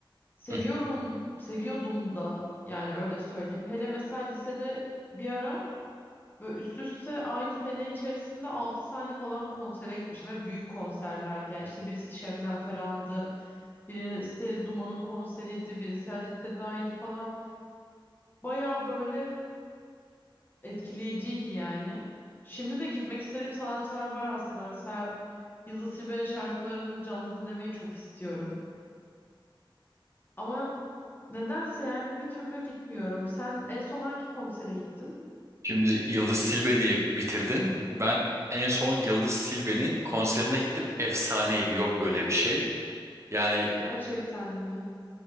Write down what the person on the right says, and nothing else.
Hı hı.
Şimdi Yıldız Silbe diye bitirdin. Ben en son Yıldız Silbe'nin konserine gittim. Efsaneydi. Yok böyle bir şey. Yani